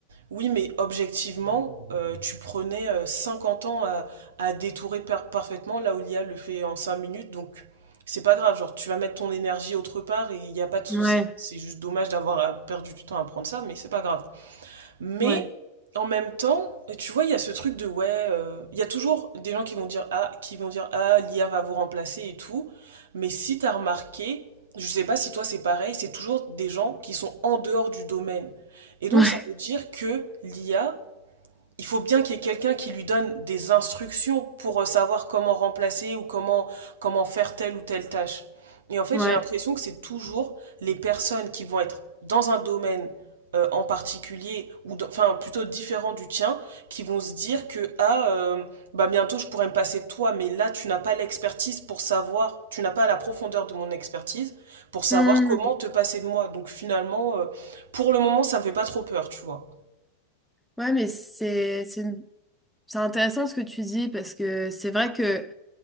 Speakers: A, on the right (about 60°); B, in the centre.
A: Oui, mais objectivement, euh, tu prenais euh, 50 ans à, à détourer par- parfaitement là où l'IA le fait en 5 minutes, donc c'est pas grave, genre tu vas mettre ton énergie autre part et il n'y a pas de souci.
B: ouais,
A: C'est juste dommage d'avoir euh, perdu du temps à prendre ça, mais c'est pas grave. Mais
B: ouais,
A: en même temps, tu vois, il y a ce truc de ouais, euh, il y a toujours des gens qui vont dire ah, qui vont dire ah, l'IA va vous remplacer et tout. Mais si t'as remarqué, je sais pas si toi c'est pareil, c'est toujours des gens qui sont en dehors du domaine. Et donc
B: ouais,
A: ça veut dire que l'IA il faut bien qu'il y ait quelqu'un qui lui donne des instructions pour euh, savoir comment remplacer ou comment, comment faire telle ou telle tâche. Et en fait,
B: ouais.
A: j'ai l'impression que c'est toujours les personnes qui vont être dans un domaine euh, en particulier, ou dans- enfin plutôt différent du tien, qui vont se dire que ah, euh, bah bientôt je pourrais me passer de toi, mais là tu n'as pas l'expertise pour savoir, tu n'as pas la profondeur de mon expertise pour savoir
B: Hmm.
A: comment te passer de moi. Donc finalement, euh, pour le moment, ça me fait pas trop peur, tu vois.
B: Ouais, mais c'est, c'est une- C'est intéressant ce que tu dis parce que c'est vrai que